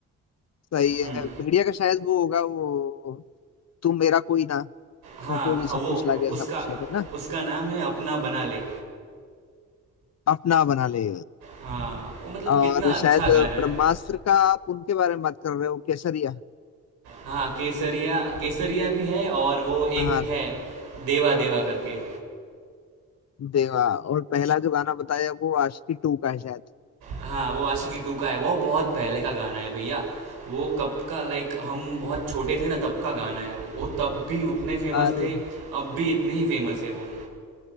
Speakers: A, on the left; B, on the right.
A: सही
B: हम्म
A: है भेड़िया का शायद वो होगा वो तू मेरा कोई ना
B: हाँ
A: होके भी
B: अ,
A: सब
B: वो
A: कुछ लागे
B: उसका
A: सब कुछ है ना
B: उसका नाम है अपना बना ले
A: अपना बना ले
B: हाँ वो मतलब
A: और
B: कितना अच्छा
A: शायद
B: गाना है
A: ब्रह्मास्त्र का आप उनके बारे में बात कर रहे हो केसरिया
B: हाँ केसरिया केसरिया भी है और वो
A: हाँ
B: एक है देवा देवा करके
A: देवा और पहला जो गाना बताया वो आशिकी टू का है शायद
B: हाँ वो आशिकी टू का है वो बहुत पहले का गाना है भैया वो कब का लाइक हम बहुत छोटे थे ना तब का गाना है वो वो तब भी उतने फेमस
A: अरे
B: थे अब भी इतने ही फेमस है वो